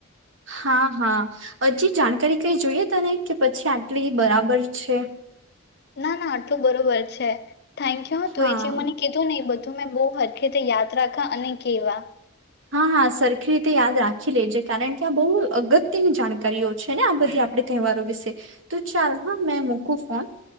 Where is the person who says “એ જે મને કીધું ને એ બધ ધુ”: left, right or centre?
Left